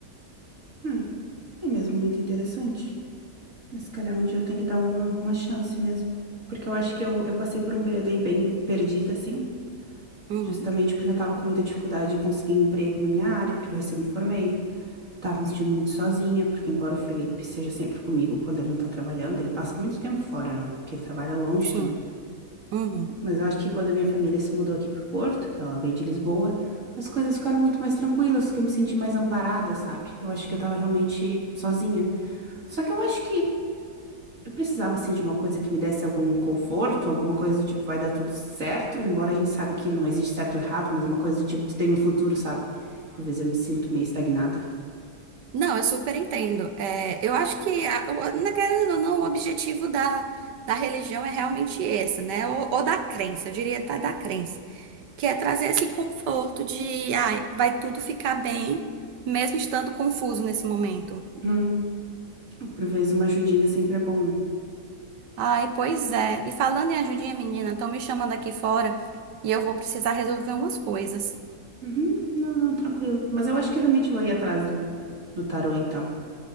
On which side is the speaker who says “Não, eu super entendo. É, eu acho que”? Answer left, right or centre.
Right